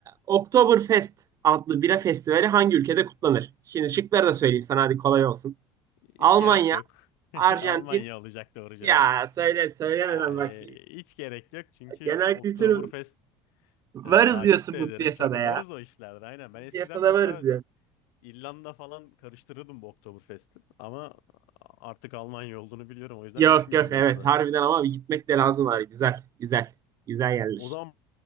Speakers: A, on the right; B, on the left.
A: Oktoberfest adlı bira festivali hangi ülkede kutlanır? Şimdi şıkları da söyleyeyim sana hadi kolay olsun.
B: Hiç
A: Almanya,
B: gerek yok. <laughs>
A: Arjantin.
B: Almanya olacak doğru cevap.
A: Ya söyle söylemeden
B: Yani
A: bak.
B: hiç gerek yok çünkü
A: Genel
B: Oktoberfest
A: kültür varız
B: e, takip
A: diyorsun
B: de
A: bu
B: ederim.
A: piyasada
B: Çok varız
A: ya.
B: o işlerde aynen. Ben
A: Bu
B: eskiden
A: piyasada
B: mesela
A: varız
B: İrlanda falan karıştırırdım bu Oktoberfest'i. Ama artık Almanya olduğunu biliyorum. O yüzden
A: Yok
B: düşmeyeceğim
A: yok evet
B: bu tuzağa.
A: harbiden ama bir gitmek de lazım abi. Güzel güzel. Güzel yerler.
B: O zaman